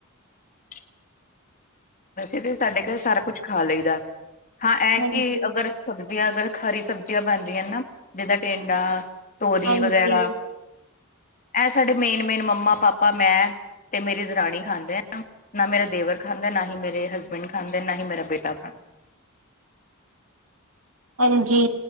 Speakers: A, on the left (about 40°); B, on the right (about 70°).
A: <inaudible> ਵੈਸੇ ਤਾਂ ਸਾਡੇ ਘਰ ਸਾਰਾ ਕੁੱਛ ਖਾ ਲਈਦਾ ਹਾਂ ਇਹ
B: ਹਾਂਜੀ।
A: ਕਿ ਅਗਰ ਸਬਜ਼ੀਆਂ ਅਗਰ ਹਰੀ ਸਬਜ਼ੀਆਂ ਬਣ ਰਹੀਆਂ ਨਾ ਜਿੱਦਾਂ ਟੇਂਡਾ ਤੋਰੀ
B: ਹਾਂਜੀ,
A: ਵਗੈਰਾ ਐ ਸਾਡੇ ਮੇਨ ਮੇਨ ਮੰਮਾ ਪਾਪਾ ਮੈਂ ਤੇ ਮੇਰੀ ਦਰਾਣੀ ਖਾਂਦੇ ਆ ਨਾ ਮੇਰਾ ਦੇਵਰ ਖਾਂਦਾ ਨਾ ਹੀ ਮੇਰੇ ਹਸਬੈਂਡ ਖਾਂਦੇ ਨਾ ਹੀ ਮੇਰਾ ਬੇਟਾ ਖਾਂਦਾ
B: ਹਾਂਜੀ